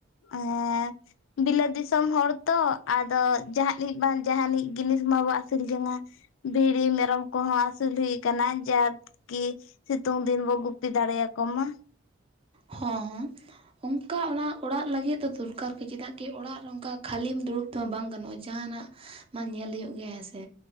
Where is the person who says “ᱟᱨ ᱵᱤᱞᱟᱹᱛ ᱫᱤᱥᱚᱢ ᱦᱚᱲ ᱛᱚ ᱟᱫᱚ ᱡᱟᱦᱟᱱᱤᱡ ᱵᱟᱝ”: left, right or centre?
Left